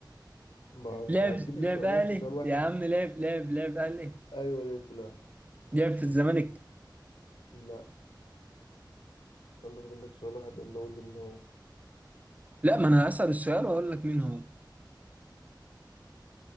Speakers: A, on the left; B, on the right.
A: ما انت
B: لعب
A: هتجيب
B: لعب
A: لي سؤالين
B: اهلي
A: في سؤال واحد
B: يا عم لعب لعب لعب اهلي
A: ايوه ولا في لا
B: لعب في الزمالك
A: لا يلا فاضل لك سؤال واحد يلا قول لي مين هو
B: لا ما انا هسأل السؤال واقول لك مين هو